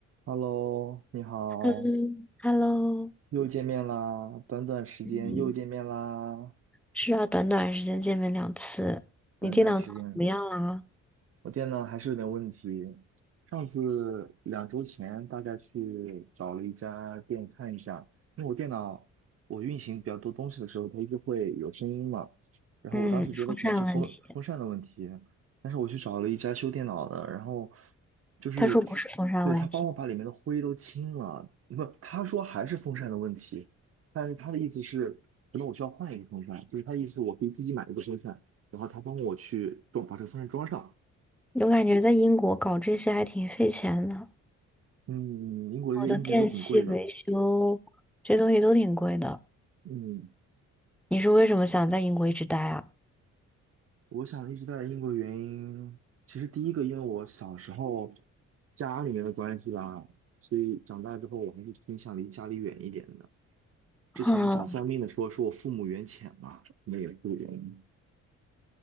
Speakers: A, on the right; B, in the centre.
A: Hello，你好，
B: 嗯，Hello，
A: 又见面啦！短短时间又见面啦！
B: 嗯，是啊，短短时间见面两次，
A: 短短时间，
B: 你电脑弄得怎么样啦？
A: 我电脑还是有点问题。上次两周前大概去找了一家店看一下，因为我电脑我运行比较多东西的时候，它一直会有声音嘛。然后我当时觉得可能是风风扇的问题，
B: 嗯，风扇问题，
A: 但是我去找了一家修电脑的，然后就是
B: 他说不是风扇问题，
A: 对他帮我把里面的灰都清了，不，他说还是风扇的问题，但是他的意思是可能我需要换一个风扇，就是他的意思是我可以自己买一个风扇，然后他帮我去装把这个风扇装上。
B: 我感觉在英国搞这些还挺费钱的，
A: 嗯，英国这些硬件都挺贵的。
B: 我的电器维修这些东西都挺贵的。
A: 嗯，
B: 你是为什么想在英国一直待啊？
A: 我想一直待在英国原因，其实第一个因为我小时候家里面的关系吧，所以长大之后我还是偏向离家里远一点的。之前找算命的说说我父母缘浅嘛，
B: 啊，
A: 那也个原因，